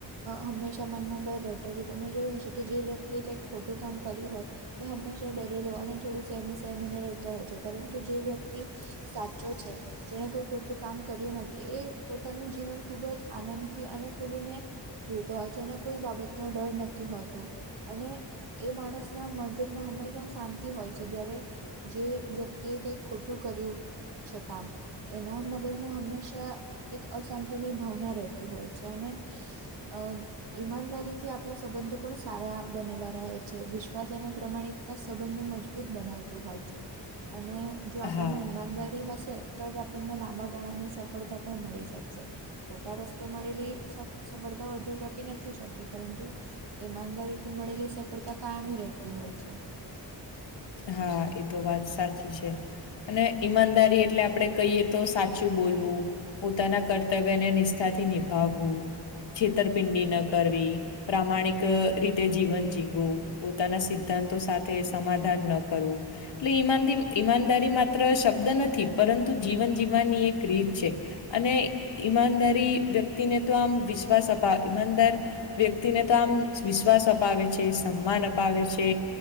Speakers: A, on the right; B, on the left.
A: હંમેશાં મનમાં ડર રહેતો હોય તમે જોયું હશે કે જે વ્યક્તિએ કંઈક ખોટું કામ કર્યું હોય એ હંમેશા ડરેલો અને થોડું સેમી સેમીને રહેતો હોય છે પરંતુ જે વ્યક્તિ સાચો છે જેણે કોઈ ખોટું કામ કર્યું નથી એ પોતાનું જીવન ખૂબ જ આનંદથી અને ખુલીને જીવતો હોય છે એને કોઈ બાબતનો ડર નથી હોત તો અને એ માણસનાં મગજમાં હંમેશા શાંતિ હોય છે જ્યારે જે વ્યક્તિએ કંઈક ખોટું કર્યું છે કામ એના મગજમાં હંમેશા એક અશાંતિની ભાવના રહેતી હોય છે, અને અ ઈમાનદારીથી આપણા સંબંધો પણ સારા બનેલા રહે છે, વિશ્વાસ એના પ્રમાણિકતા સંબંધને મજબૂત બનાવતો હોય છે. અને જો આપણામાં
B: હા.
A: ઈમાનદારી હશે તો જ આપણને લાંબા ગાળાની સફળતા પણ મળી શકશે ખોટા રસ્તે મળેલી સ સફળતા વધુ ટકી નથી શકતી પરંતુ ઈમાનદારીથી મળેલી સફળતા કાયમી રહેતી હોય છે.
B: હા એ તો વાત સાચી છે, અને ઈમાનદા એટલે આપડે કહીએ તો સાચું બોલવું પોતાના કર્તવ્યને નિષ્ઠાથી નિભાવવું છેતરપિંડી ન કરવી પ્રામાણિક રીતે જીવન જીવવુ પોતાના સિદ્ધાંતો સાથે સમાધાન ન કરવું. એટલે ઈમાદી ઈમાનદારી માત્ર શબ્દ નથી પરંતુ જીવન જીવવાની એક રીત છે. અને ઈમાનદારી વ્યક્તિને તો આમ વિશ્વાસ અપા ઈમાનદાર વ્યક્તિને તો આમ વિશ્વાસ અપાવે છે, સમાન અપાવે છે.